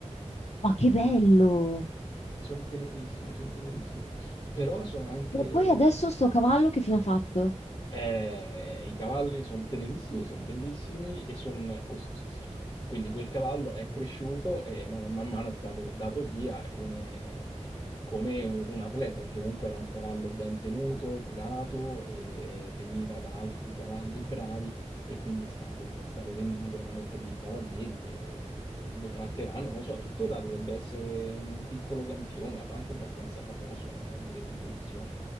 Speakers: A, on the left; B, on the left.
A: Ma che bello!
B: sono tenerissimi, sono tenerissimi, però sono anche,
A: E poi adesso sto cavallo che fine ha fatto?
B: eh, i cavalli sono tenerissimi, sono bellissimi e sono costosissimi. Quindi quel cavallo è cresciuto e man, man mano è stato dato via eh, come, come un, un atleta, perché comunque era un cavallo ben tenuto, curato e veniva da altri cavalli bravi e quindi è stato, è stato venduto ad altri cavalieri che eh, lo tratteranno. Non lo so, tuttora dovrebbe essere un piccolo campione, anche abbastanza famoso ne- nelle competizioni.